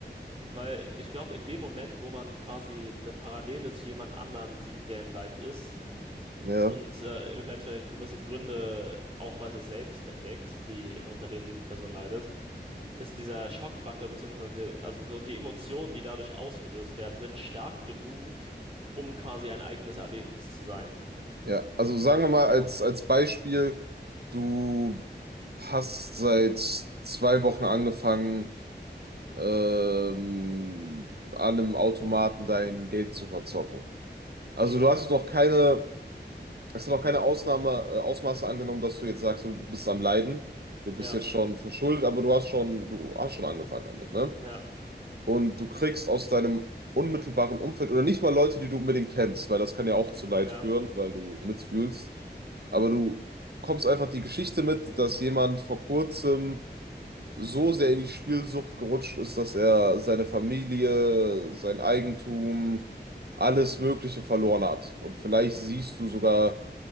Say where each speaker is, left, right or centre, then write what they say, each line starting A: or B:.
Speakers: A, on the right; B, on the right.
A: weil ich glaube, in dem Moment, wo man quasi eine Parallele zu jemand anderen sieht, der im Leid ist
B: Ja,
A: und äh, eventuell gewisse Gründe auch bei sich selbst entdeckt, die unter denen diese Person leidet, ist dieser Schockfaktor beziehungsweise die, also so die Emotionen, die dadurch ausgelöst werden, sind stark genug, um quasi ein eigenes Erlebnis zu sein.
B: ja. Also sagen
A: Also
B: wir mal als, als Beispiel, du hast seit zwei Wochen angefangen, ähm, an einem Automaten dein Geld zu verzocken. Also
A: ja,
B: du hast jetzt noch keine, es hat noch keine Ausnahme, äh, Ausmaße angenommen, dass du jetzt sagst, du bist am Leiden, du bist
A: ja,
B: jetzt schon verschuldet, aber du hast schon, du hast schon angefangen damit, ne?
A: ja,
B: Und du kriegst aus deinem unmittelbaren Umfeld oder nicht mal Leute, die du unbedingt kennst, weil das kann ja auch zu Leid
A: ja,
B: führen, weil du mitfühlst. Aber du kommst einfach die Geschichte mit, dass jemand vor kurzem so sehr in die Spielsucht gerutscht ist, dass er seine Familie, sein Eigentum, alles Mögliche verloren hat. Und vielleicht siehst du sogar